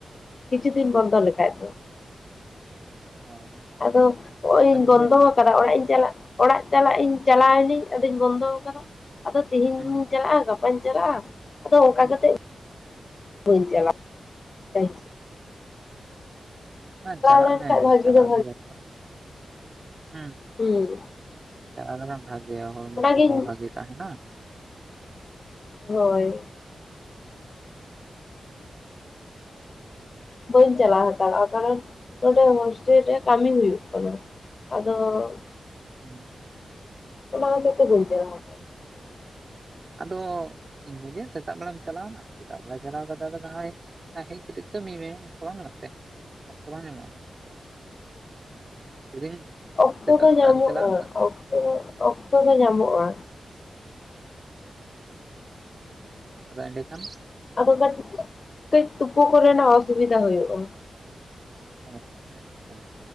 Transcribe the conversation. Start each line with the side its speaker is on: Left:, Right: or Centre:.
Left: ᱠᱤᱪᱷᱩ ᱫᱤᱱ ᱵᱚᱱᱫᱚ ᱞᱮᱠᱷᱟᱡ ᱫᱚ
Right: ᱦᱳᱭ
Left: ᱟᱫᱚ ᱱᱚᱜᱼᱚᱭ
Right: ᱟᱫᱚ ᱚᱱᱟᱜᱮ
Left: ᱵᱚᱱᱫᱚ ᱚᱲᱟᱜ ᱤᱧ ᱪᱟᱞᱟᱜ ᱚᱲᱟᱜ ᱪᱟᱞᱟᱜ ᱤᱧ ᱪᱟᱞᱟᱣᱱᱟᱹᱧ ᱟᱫᱚᱧ ᱵᱚᱱᱫᱚ ᱟᱠᱟᱫᱟ ᱟᱫᱚ ᱛᱮᱦᱤᱧ
Right: ᱦᱮᱸ ᱦᱩᱸ
Left: ᱪᱟᱞᱟᱜᱼᱟ ᱜᱟᱯᱟᱧ ᱪᱟᱞᱟᱜᱼᱟ ᱟᱫᱚ ᱚᱱᱠᱟ
Right: ᱦᱩᱸ
Left: ᱠᱟᱛᱮ ᱵᱟᱧ ᱪᱟᱞᱟᱜ <unintelligible>
Right: ᱦᱳᱭ ᱪᱟᱞᱟᱜ
Left: ᱞᱮᱱᱠᱷᱟᱡ
Right: ᱢᱮ
Left: ᱵᱷᱟᱜᱤ
Right: ᱪᱟᱞᱟᱣ
Left: ᱫᱚ
Right: ᱫᱚᱷᱟ ᱦᱮᱸ
Left: ᱦᱮᱸ
Right: ᱪᱟᱞᱟᱣ ᱞᱮᱠᱷᱟᱱ ᱵᱷᱟᱜᱮᱭᱟ ᱦᱚᱲᱢᱚ
Left: ᱚᱱᱟᱜᱤᱧ
Right: ᱠᱚᱦᱚᱸ ᱵᱷᱟᱜᱮ ᱛᱟᱦᱮᱸᱱᱟ᱾
Left: ᱦᱳᱭᱻ᱾ ᱵᱟᱹᱧ ᱪᱟᱞᱟᱣ ᱦᱟᱛᱟᱲᱚᱜᱼᱟ ᱠᱟᱨᱚᱱ, ᱱᱚᱰᱮ ᱦᱳᱥᱴᱮᱞ ᱨᱮ ᱠᱟᱹᱢᱤ ᱦᱩᱭᱩᱜ ᱠᱟᱱᱟ ᱾ ᱟᱫᱚ
Right: ᱦᱩᱸ <unintelligible>
Left: ᱚᱱᱟ ᱦᱚᱛᱮ ᱛᱮ ᱵᱟᱹᱧ ᱪᱟᱞᱟᱣ-ᱟ᱾
Right: ᱟᱫᱚ ᱤᱧ ᱫᱟᱹᱧ ᱞᱟᱹᱭᱟ ᱥᱮᱛᱟᱜ ᱵᱮᱲᱟᱢ ᱪᱟᱞᱟᱣᱱᱟ ᱥᱮᱛᱟᱜ ᱵᱮᱲᱟᱢ ᱪᱟᱞᱟᱣ ᱱᱟ, ᱥᱮᱛᱟᱜ ᱵᱮᱲᱟ ᱪᱟᱞᱟᱣ ᱠᱟᱛᱮ ᱟᱫᱚ ᱱᱟ ᱦᱚᱭ ᱟᱨ ᱦᱮᱡ ᱠᱟᱛᱮᱫ ᱠᱟᱹᱢᱤ ᱢᱮ ᱚᱱᱠᱟ ᱵᱟᱝ ᱜᱟᱱᱚᱜ ᱛᱮ, ᱚᱠᱛᱚ ᱵᱟᱝ ᱧᱟᱢᱚᱜᱼᱟ? ᱞᱟᱹᱭᱫᱟᱹᱧ
Left: ᱚᱠᱛᱚ
Right: ᱥᱮᱛᱟᱜ
Left: ᱫᱚ
Right: ᱥᱮᱛᱟᱜ
Left: ᱧᱟᱢᱚᱜᱼᱟ,
Right: ᱮᱢ ᱪᱟᱞᱟᱣᱱᱟ
Left: ᱚᱠᱛᱚ ᱚᱠᱛᱚ ᱫᱚ ᱧᱟᱢᱚᱜᱼᱟ,
Right: ᱟᱫᱚ ᱮᱸᱰᱮᱠᱷᱟᱱ
Left: ᱟᱫᱚ ᱠᱷᱟᱱ ᱠᱟᱹᱡ ᱛᱩᱯᱩ ᱠᱚᱨᱮᱱᱟᱜ ᱚᱥᱩᱵᱤᱫᱟ ᱦᱩᱭᱩᱜᱼᱟ᱾
Right: ᱚ ᱦᱮᱸᱛᱚ